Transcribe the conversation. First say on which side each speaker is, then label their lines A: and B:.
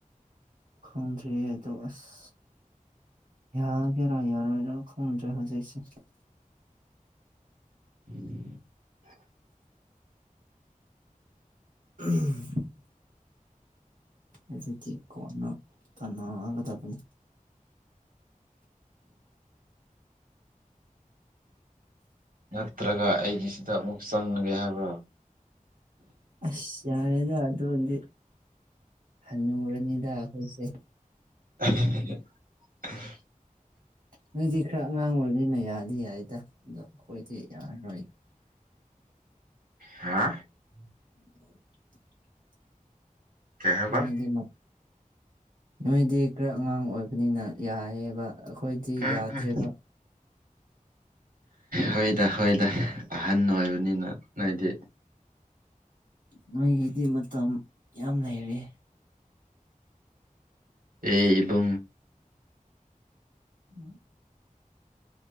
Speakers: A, on the right (about 70°); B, on the right (about 85°).
A: ꯈꯣꯡꯗꯔꯤꯗ ꯑꯁ ꯈꫭꯗ꯭ꯔꯤ ꯍꯧꯖꯤꯏꯁꯤ
B: <inaudible>
A: ꯎꯝ ꯑꯗꯨꯗꯤ ꯀꯣꯟꯅ ꯇꯅꯒꯗꯕꯅꯤ
B: <inaudible> ꯅꯠꯇ꯭ꯔꯒ ꯑꯩꯒꯤꯁꯤꯗ ꯑꯃꯨꯛ ꯆꯪꯉꯒꯦ ꯍꯥꯏꯕ꯭ꯔꯥ
A: ꯑꯁ ꯌꯥꯗ ꯑꯗꯨꯗ ꯍꯟꯅꯣꯔꯅꯤꯗꯥꯈꯣꯏꯁꯦ
B: <inaudible>
A: ꯅꯣꯏꯗꯤ ꯈꯔ ꯑꯉꯥꯡ ꯑꯣꯏꯕꯅꯤꯅ ꯌꯥꯗꯤ ꯍꯥꯏꯗ ꯑꯗꯣ ꯑꯩꯈꯣꯏꯗꯤ ꯌꯥꯔꯔꯣꯏ
B: ꯍꯥ
A: <inaudible>
B: ꯀꯩ ꯍꯥꯏꯕ
A: ꯅꯣꯏꯗꯤ ꯅꯣꯏꯗꯤ ꯈꯔ ꯑꯉꯥꯡ ꯑꯣꯏꯕꯅꯤꯅ ꯌꯥꯏꯑꯌꯦꯕ ꯑꯩꯈꯣꯏꯗꯤ
B: ꯎꯝ
A: ꯌꯥꯗ꯭ꯔꯦꯔꯤꯕ
B: ꯎꯝ ꯍꯣꯏꯗ ꯍꯣꯏꯗ ꯑꯍꯟ ꯑꯣꯏꯕꯅꯤꯅ ꯅꯣꯏꯗꯤ
A: ꯅꯣꯏꯒꯤꯗꯤ ꯃꯇꯝ ꯌꯥꯝ ꯂꯩꯔꯦ
B: ꯑꯦꯕ
A: ꯎꯝ